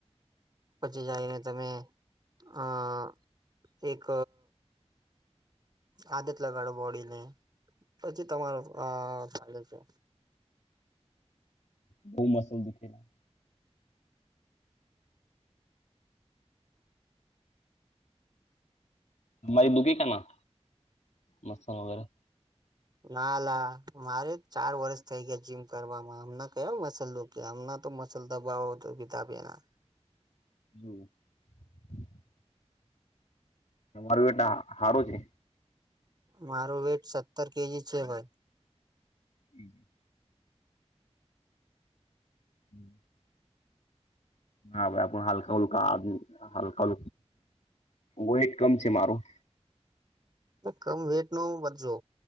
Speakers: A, on the right; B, on the left.
A: પછી જઈને તમે આ એક આદત લગાડો બોડીને પછી તમાર આ ચાલે છે
B: બહુ મસલ દુખેલા મારી દુખી ક ના મસ્સ વગેરે
A: ના લ મારે ચાર વરષ થઇ ગયા જીમ કરવા હમ કયો મસલ કે ના તો મસલ દબાવ તો બિતા બેેના
B: હ તમારું એટ હારું છે
A: મારું વેટ સત્તર કેજી છે ભાઈ
B: હમ હમ હા ભાઈ આપ હલકા હુલકા આ હલકા હલકા વેઇટ કમ છે મારું
A: કમ વેટ નો બજો